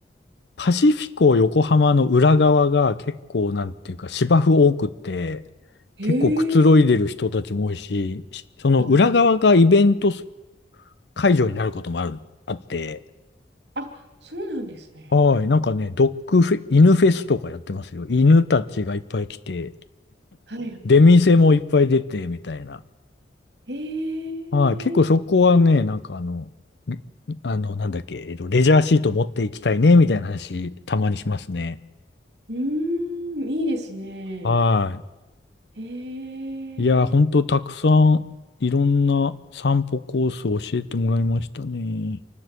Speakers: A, on the left; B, on the right.
A: パシフィコ横浜の裏側が結構、なんていうか、芝生多くて、
B: ええ
A: 結構くつろいでる人たちも多いし、しその裏側がイベント
B: あ
A: 会場になることもある、あって、
B: あ、あ、そうなんですね。
A: はい、なんかね、ドッグフェ、犬フェスとかやってますよ。犬たちがいっぱい来て、
B: はい。
A: 出店もいっぱい出て、みたいな。
B: ええ
A: はい、結構そこはね、なんかあの、んあの、なんだっけ、えっと、レジャーシート持っていきたいね、みたいな話、たまにしますね。
B: うーん、いいですね。
A: は
B: ええ
A: い。いや、ほんとたくさん、いろんな散歩コースを教えてもらいましたね。